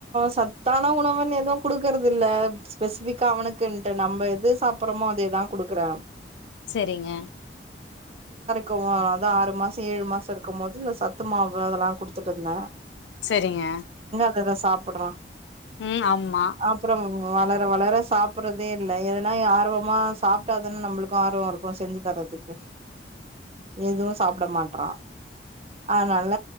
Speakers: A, on the right; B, on the left.
A: சத்தான உணவனு எதும் குடுக்குறது இல்ல ஸ்பெசிபிக்கா அவனுக்குன்ட்டு நம்ப எது சாப்றோமோ அதேதா குடுக்கறே
B: செரிங்க
A: கவு அதனாலதா ஆறு மாசம் ஏழு மாசம் இருக்கமோது சத்து மாவு அதெல்லா குடுத்துட்டுருந்த
B: செரிங்க
A: அத சாப்படறா
B: ம் ஆமா
A: அப்புறம் வளர வளர சாப்பறதே இல்ல எதனா ஆர்வமா சாப்ட்டா தான நம்பளுக்கும் ஆர்வம் இருக்கும் செஞ்சி தறதுக்கு எதுவும் சாப்டமாட்றா அதனால